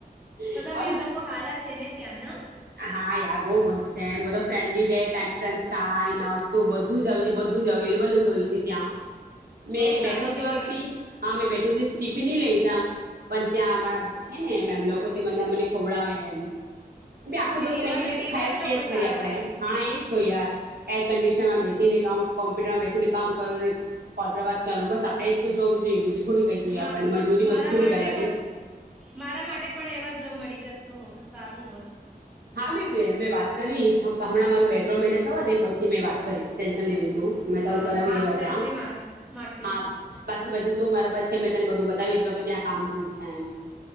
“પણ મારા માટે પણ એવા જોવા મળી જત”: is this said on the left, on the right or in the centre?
Centre